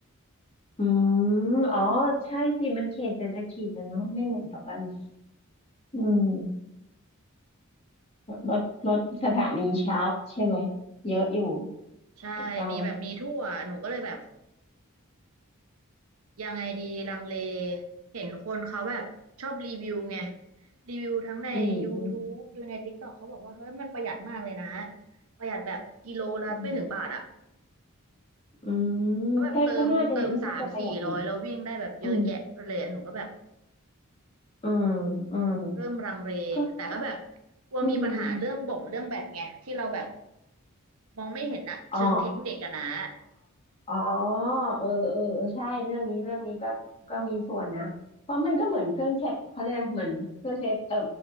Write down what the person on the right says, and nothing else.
ใช่
มีแบบมีทั่ว หนูก็เลยแบบยังไงดีลังเล เห็นคนเขาแบบชอบรีวิวไง รีวิวทั้งใน
YouTube ดูใน TikTok เขาบอกว่าเฮ้ยมันประหยัดมากเลยนะ ประหยัดแบบกิโลละไม่ถึงบาทอ่ะ
เขาแบบเติมเติมสามสี่ร้อยแล้ววิ่งได้แบบเยอะแยะเลยอะหนูก็แบบ
เริ่มลังเลแต่ก็แบบ
กลัวมีปัญหาเรื่องบ่งเรื่องแบตไงที่เราแบบ
มองไม่เห็นอะเชิงเทคนิคอะนะ